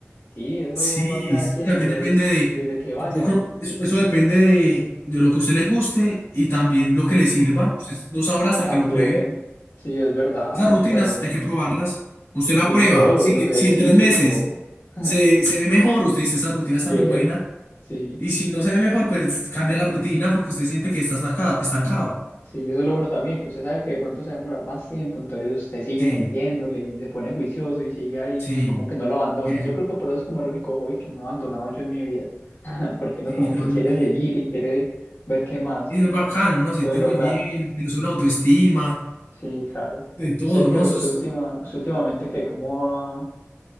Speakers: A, on the left (about 55°); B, on the left (about 80°).
A: sí, eso
B: Sí,
A: van cada
B: sí,
A: quien
B: también
A: y todos
B: depende de,
A: desde que vayan.
B: yo creo, eso, eso depende de, de lo que a usted le guste y también lo
A: <clears throat>
B: que le sirva. Usted no sabrá hasta
A: También,
B: que lo pruebe.
A: sí, es verdad,
B: Esas rutinas
A: o sea, es-
B: hay que probarlas. Usted la
A: sí,
B: prueba.
A: todo,
B: Si,
A: y los
B: le-
A: ejercicios,
B: si en tres meses
A: todo. <laughs>
B: se, se ve mejor, usted dice, esa rutina está
A: Bien,
B: muy buena.
A: sí.
B: Y si no se ve mejor, pues cambia la rutina porque usted siente que está estancado estancado.
A: Sí, eso es lo bueno también, que usted sabe que de pronto se va a demorar más tiempo, entonces usted sigue
B: Sí,
A: metiéndole y se pone juicioso y sigue ahí,
B: sí,
A: no, como que no lo abandona.
B: eso.
A: Yo creo que por eso es como el único hobby que no he abandonado yo en mi vida, <laughs> porque uno
B: Sí,
A: como
B: no,
A: que
B: es
A: quiere
B: muy,
A: seguir y quiere ver qué más
B: sí, es bacano, uno se
A: puede
B: siente
A: lograr.
B: muy bien, que le sube la autoestima,
A: Sí, claro.
B: de todo,
A: Usted
B: ¿no?
A: que usted
B: Eso es
A: última, usted últimamente que cómo va